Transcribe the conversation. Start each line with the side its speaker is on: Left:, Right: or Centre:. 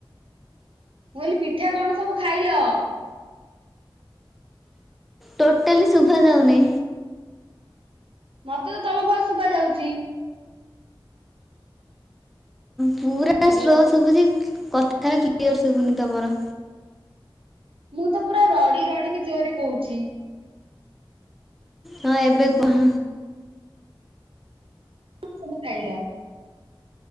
Right: ମୁଁ କହିଲି ପିଠା କଣ ସବୁ ଖାଇଲ?
Centre: ଟୋଟାଲି ଶୁଭା ଯାଉନି।
Right: ମତେ ତ ତମ ଭୟସ ଶୁବାଯାଉଛି।
Centre: ପୁରା
Right: ହ୍ୟାଲୋ।
Centre: ସ୍ଲୋ ଶୁଭୁଛି କଥାରେ କ୍ଲିୟର ଶୁଭୁନି ତମର।
Right: ମୁଁ ତ ପୁରା ରଡି ରଡିିକି ଜୋରେ କହୁଛି।
Centre: ହଁ ଏବେ କୁହ।
Right: କଅଁ ସବୁ ଖାଇଲ?